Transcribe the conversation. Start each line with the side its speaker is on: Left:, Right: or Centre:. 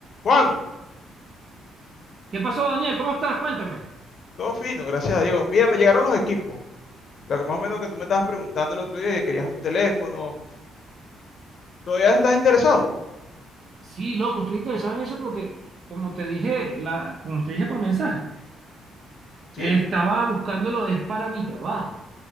Left: Juan,
Right: ¿Qué pasó, Daniel? ¿Cómo estás? Cuéntame.
Left: todo fino, gracias a Dios. Mira, me llegaron los equipos. Lo que más o menos que tú me estabas preguntando el otro día, que querías un teléfono. ¿Todavía estás interesado?
Right: Sí, loco, estoy interesado en eso porque, como te dije, la, como te dije por mensaje,
Left: Sí.
Right: estaba buscándolo, es para mi trabajo.